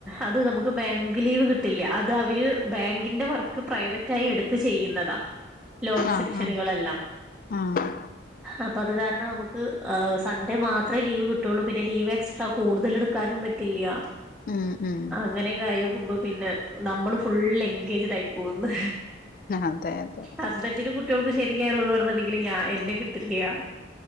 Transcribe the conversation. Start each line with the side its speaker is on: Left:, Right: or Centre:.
Centre: അത് നമുക്ക് ബാങ്ക് ലീവ് കിട്ടില്ല അത് അവര് ബാങ്കിന്റെ വർ പ്രൈവറ്റ ആയി എടുത്ത് ചെയ്യുന്നതാ ലോൺ സെക്ഷനുകളെല്ലാം
Left: ആഹ് ആഹ് ആഹ്
Centre: അപ്പൊ അത് കാരണം നമുക്ക് സൺഡേ മാത്രമേ ലീവ് കിട്ടു. പറ്റുള്ളൂ പിന്നെ ലീവ് എക്സ്ട്രാ കൂടുതൽ എടുക്കാനും പറ്റില്ല
Left: ഉം ഉം
Centre: അങ്ങനെയൊക്കെ ആയിക്കുമ്പോൾ പിന്നെ നമ്മള് ഫുള് എൻഗേജ്ഡ ആയി പോകുന്നു
Left: അതെ അതെ
Centre: ഹസ്ബൻ്റിനും കുട്ടികൾക്കും ശനിം ഞായറും ഒഴിവാണെന്നുണ്ടെങ്ക ഇല്ല്യ എന്നെ കിട്ടില്ല